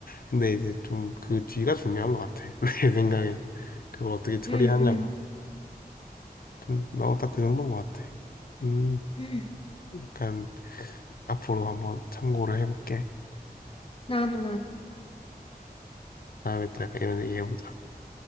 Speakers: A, on the left; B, on the left.
A: 근데 이제 좀 그 뒤가 중요한 것 같아. <laughs> 내 생각엔. 그걸 어떻게 처리하냐가.
B: 응, 응,
A: 음, 나도 딱 그 정도인 것 같아. 음,
B: 응.
A: 약간 앞으로 한번 참고를 해볼게.
B: 나도, 나도.
A: 다음에 또 약간 이런 얘기 해보자.